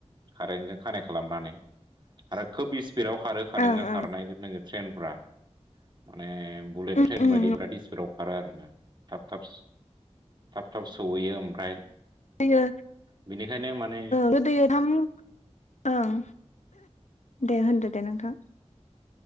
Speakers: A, on the right (about 40°); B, on the left (about 85°).
A: कारेन्टजों कानेक्ट खालामनानै आरो खोब स्पिडआव खारो खारादों
B: ओं
A: खारनाय
B: ओं
A: नोगो ट्रेनफ्रा माने बुलेट
B: उम
A: ट्रेन
B: उम
A: बायदि बिराद स्पिडाव खारो आरोना थाब थाब थाब थाब सौहैयो ओमफ्राय
B: यो
A: बेनिखायनो माने
B: गोदो थाम ओं दे होनदो दे नोंथां?